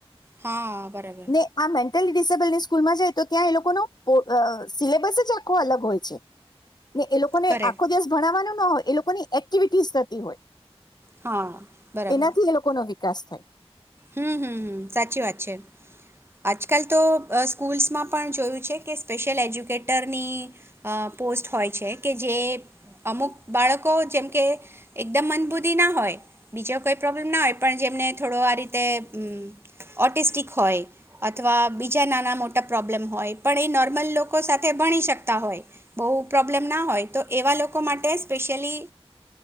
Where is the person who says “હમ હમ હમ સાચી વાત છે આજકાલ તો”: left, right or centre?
Right